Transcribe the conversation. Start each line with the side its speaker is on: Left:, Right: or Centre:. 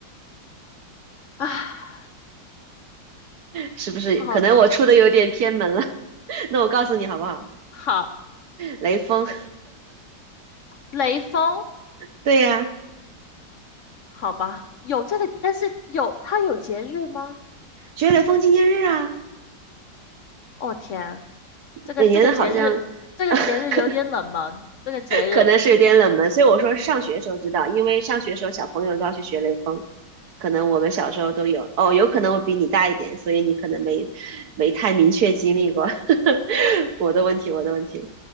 Left: 唉，
Right: 是不是？
Left: 好的，
Right: 可能我出的有点偏门了，<laughs> 那我告诉你好不好？
Left: 好，
Right: 雷锋，
Left: 雷锋，
Right: 对呀，
Left: 好吧，有这个，但是有他有节日吗？
Right: 学雷锋纪念日啊，
Left: 哦天，这个这个节日，
Right: 每年好像
Left: 这个节日有点冷门，
Right: <laughs>
Left: 这个节日。
Right: 可能是有点冷门，所以我说是上学时候知道，因为上学时候小朋友都要去学雷锋，可能我们小时候都有。哦，有可能我比你大一点，所以你可能没没太明确经历过。<laughs> 我的问题，我的问题，